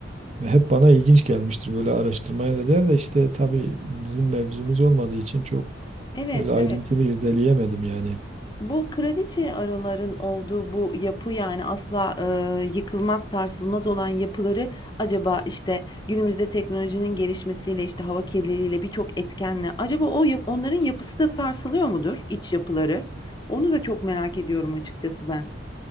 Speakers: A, on the right; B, on the left.
A: Ve Hep bana ilginç gelmiştir böyle araştırmaya da der de işte tabii bizim mevzumuz olmadığı için çok
B: Evet,
A: öyle ayrıntılı
B: evet.
A: irdeleyemedim yani.
B: Bu kraliçe arıların olduğu bu yapı yani asla, eee, yıkılmaz, sarsılmaz olan yapıları acaba, işte, günümüzde teknolojinin gelişmesiyle, işte, hava kirliliğiyle, birçok etkenle acaba o ya onların yapısı da sarsılıyor mudur, iç yapıları? Onu da çok merak ediyorum açıkçası ben.